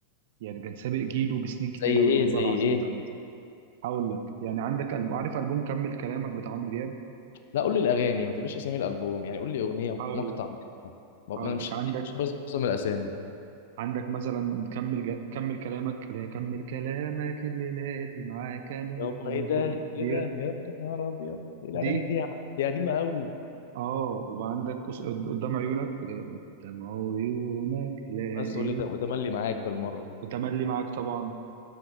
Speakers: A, on the right; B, on the left.
A: يعني كان سابق جيله بسنين كتير
B: زي
A: قوي
B: ايه
A: والله
B: زي
A: العظيم
B: ايه
A: ثلاثة هقول لك يعني عندك ألب... عارف ألبوم كمل كلامك بتاع عمرو دياب
B: لا قول لي الاغاني ما تقوليش اسامي الالبوم يعني قول لي اغنيه
A: هقول
B: ومقطع
A: لك
B: منها. ما انا
A: هقول
B: مش
A: لك عندك
B: مش حافظ معظم الاسامي
A: عندك مثلا كمل ج... كمل كلامك اللي هي كمل كلامك اللي لاتي معاك انا
B: يابا
A: كمل
B: ايه ده
A: هو- ديت
B: ايه ده يا ابن النهار ابيض ايه الاغاني
A: دي
B: دي يا عم؟ دي قديمه قوي
A: اه وعندك قص- قد- قدام عيونك اللي هي قدام عيونك لقيت
B: بس تقول لي ت- وتملي معاك بالمره
A: وتملي معاك طبعا